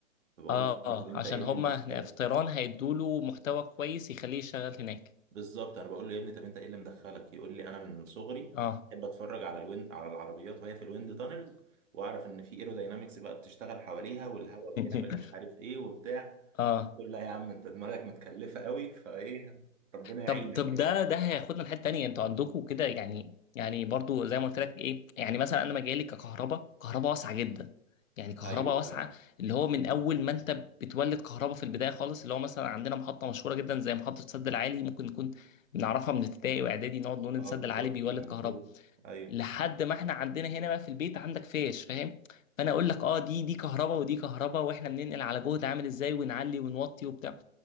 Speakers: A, on the right (about 65°); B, on the left (about 70°).
A: فبقول
B: اه
A: له
B: اه
A: طب انت
B: عشان
A: ايه اللي
B: هما
A: مدخلك
B: هنا في طيران هيدوله محتوى كويس يخليه يشتغل هناك
A: بالظبط انا بقول له يا ابني طب انت ايه اللي مدخلك يقول لي انا من صغري
B: اه
A: بحب اتفرج على الويند على العربيات وهي في الويند تانلز واعرف ان في ايروداينامكس بقى بتشتغل حواليها والهواء بيعمل
B: <laughs>
A: مش عارف ايه وبتاع
B: اه
A: قلت له لا يا عم انت دماغك متكلفه قوي فايه ربنا يعينك
B: طب طب
A: يعني
B: ده ده هياخدنا لحته تانيه انتوا عندكم كده يعني يعني برضو زي ما قلت لك ايه يعني مثلا انا مجالي ككهرباء كهرباء واسعه جدا يعني
A: م،
B: كهرباء
A: ايوه
B: واسعه
A: فعلا
B: اللي هو من اول ما انت بتولد كهرباء في البدايه خالص اللي هو مثلا عندنا محطه مشهوره جدا زي محطه السد العالي ممكن نكون بنعرفها من ابتدائي واعدادي نقعد نقول ان
A: اه
B: السد
A: بالظبط
B: العالي بيولد
A: ده مظبوط
B: كهرباء
A: ايوه
B: لحد ما احنا عندنا هنا بقى في البيت عندك فيش فاهم فانا اقول لك اه دي دي كهرباء ودي كهرباء واحنا بننقل على جهد عامل ازاي ونعلي ونوطي وبتاع